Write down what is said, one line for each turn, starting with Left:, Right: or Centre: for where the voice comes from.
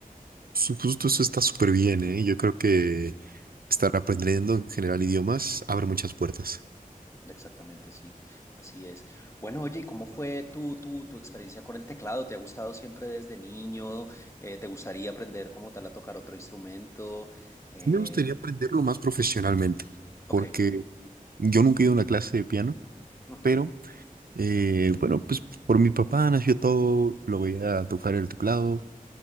Right: Su- Justo eso está súper bien, ¿eh? Yo creo que estar aprendiendo en general idiomas abre muchas puertas.
Left: Exactamente, sí, así es. Bueno, oye, ¿y cómo fue tu, tu, tu experiencia con el teclado? ¿Te ha gustado siempre desde niño? Eh, ¿te gustaría aprender como tal a tocar otro instrumento? Eh,
Right: Sí me gustaría aprenderlo más profesionalmente,
Left: ok,
Right: porque yo nunca he ido a una clase de piano,
Left: ujú,
Right: pero eh, bueno, pues por mi papá nació todo, lo veía tocar el teclado,